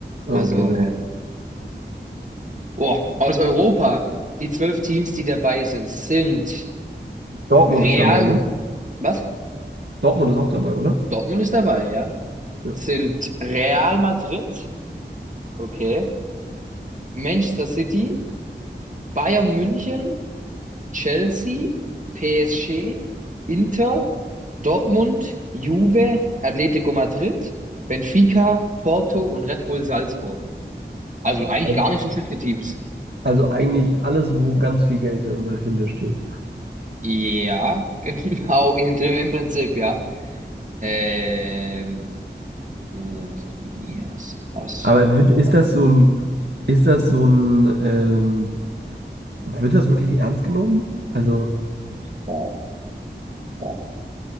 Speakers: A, on the right; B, on the right.
A: Ah,
B: Also,
A: Okay, ne.
B: äh, oh, aus Europa, die zwölf Teams, die dabei sind, sind
A: Dortmund
B: Real,
A: ist dabei, ne?
B: was?
A: Dortmund ist auch dabei, oder?
B: Dortmund ist dabei, ja.
A: Ja.
B: Sind Real Madrid, okay. Manchester City, Bayern München, Chelsea, PSG, Inter, Dortmund, Juve, Atlético Madrid, Benfica, Porto und Red Bull Salzburg. Also eigentlich
A: Also,
B: gar nicht so schlechte Teams.
A: also eigentlich alles, wo ganz viel Geld dahinter steht.
B: Ja, <laughs> genau, in, im Prinzip, ja. Ähm, äh, Turniers aus.
A: Aber wird, ist das so ein, ist das so ein, ähm, wird das wirklich ernst genommen? Also,
B: Boah, boah.